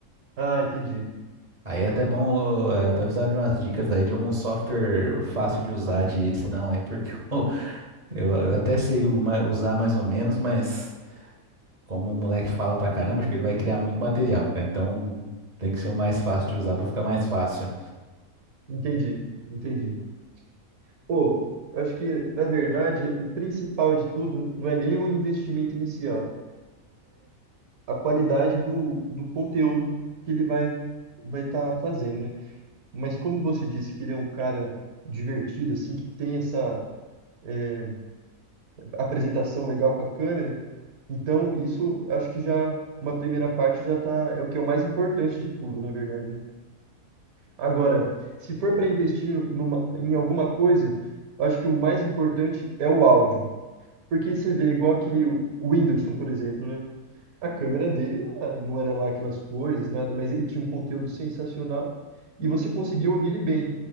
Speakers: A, on the right (about 80°); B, on the right (about 30°).
A: Ah, entendi.
B: Aí é até bom, eh, eu tô precisando de umas dicas aí de algum software fácil de usar de edição aí, porque <laughs> eu, eu, eu até sei o ma- usar mais ou menos, mas como o moleque fala pra caramba, acho que ele vai criar muito material, cara. Então tem que ser o mais fácil de usar pra ficar mais fácil.
A: Entendi, entendi. Pô, eu acho que, na verdade, o principal de tudo não é nem o investimento inicial, a qualidade do, do conteúdo que ele vai vai estar fazendo, né? Mas como você disse que ele é um cara divertido, assim, que tem essa eh, apresentação legal com a câmera, Então, isso acho que já uma primeira parte já tá, é o que é o mais importante de tudo, na verdade, né? Agora, se for para investir numa- em alguma coisa, eu acho que o mais importante é o áudio. Porque você vê igual aquele o Whindersson, por exemplo, né? A câmera dele não era, não era lá aquelas coisas, nada, mas ele tinha um conteúdo sensacional e você conseguia ouvir ele bem.